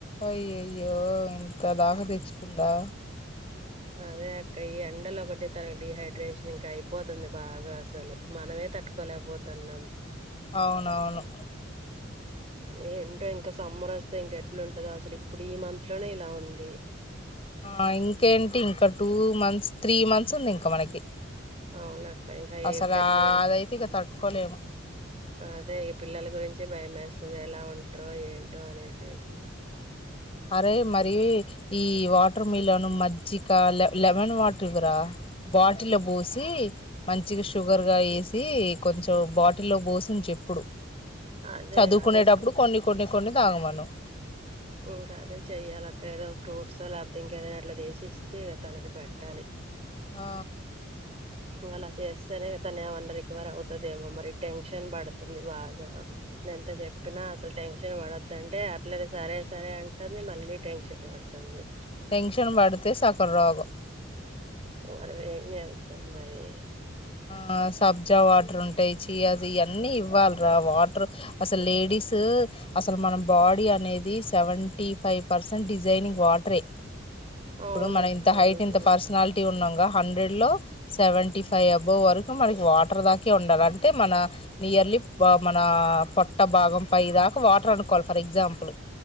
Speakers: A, on the left; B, on the right.
A: య్యయ్యో ఇంత దాకా తెచ్చుకుందా
B: అదే అక్క ఈ ఎండలో ఒకటి తనకు డిహైడ్రేషన్ ఇంకా అయిపోతుంది బాగా అసలు మనమే తట్టుకోలేకపోతున్నాం
A: అవునవును
B: ఏ ఏంటో ఇంకా సమ్మర్ వస్తే ఇంక ఎట్లాంటదో అసలు ఇప్పుడు ఈ మంత్ లోనే ఇలా ఉంది
A: ఆ ఇంకేంటి ఇంక టూ మంత్స్ త్రీ మంత్స్ ఉంది ఇంక మనకి
B: అవునా అక్క ఇంకా
A: అసలు
B: ఏప్రిల్ మ
A: అదైతే ఇక తట్టుకోలేము
B: అదేక పిల్లు గురించి భయం వేస్తుంది ఎలా ఉంటారో ఏంటో అనేసేసి
A: అరే మరి ఈ వాటర్ మిలను మజ్జిక లెమన్ వాటర్ గురా బాటిల్లో పోసి మంచిగా షుగర్ గా వేసి కొంచెం బాటి లో పోసి చెప్పుడు
B: అదే
A: చదువుకునేటప్పుడు
B: అదే స్కూల్
A: కొన్ని కొన్ని కొన్ని తాగమనం
B: ఇంకా అదే చెయ్యాలిక్క ఏదో ఫ్రూట్స్ లేకపోతే ఇంకేదైనా అట్లా దసిచ్చే తనకి పెట్టాలి
A: ఆ
B: ఇం అలా చేస్తేనే తను ఏమన్నా రికవర్ అవుతదిమో మరి టెన్షన్ పడుతుంది బాగా నే ఎంత చెప్పినా అసలు టెన్షన్ పడద్దండి అట్లనే సరే సరే అంటని మళ్ళీ టెన్షన్ పడ తన్ని
A: టెన్షన్ పడితే సకల రోగం
B: మరవేని అత మరి
A: ఆ సబ్జా వాటర్ ఉంటాయి చీయాజ ఇవన్నీ ఇవ్వాలరా వాటర్ అసలు లేడీస్ అసలు మన బాడీ అనేది సెవెంటీ ఫైవ్ పర్సెంట్ డిజైనింగ్ వాటరే ఇప్పుడు
B: అవునక్క
A: మనం ఇంత హైట్
B: నిజమే
A: ఇంత పర్సనాలిటీ ఉన్నాంగా హండ్రెడ్ లో సెవెంటీ అబ వరకు మనకి వాటర్ దాక ఉండాలి అంటే మన నియర్లీ మన పొట్ట భాగం పై దాకా వాటర్ అనుకోవాలి ఫర్ ఎగ్జాంపుల్